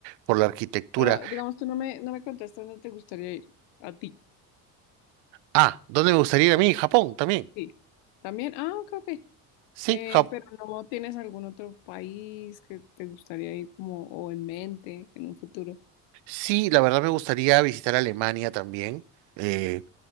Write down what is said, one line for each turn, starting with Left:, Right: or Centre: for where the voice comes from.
Right: por la arquitectura.
Left: Pero digamos, tú no me, no me contestas dónde te gustaría ir. A ti,
Right: Ah, ¿dónde me gustaría ir a mí? Japón también.
Left: sí. También, ah, ok, ok.
Right: Sí,
Left: Eh,
Right: Jap-
Left: pero no tienes algún otro país que te gustaría ir como o en mente en un futuro.
Right: sí, la verdad me gustaría visitar Alemania también. eh,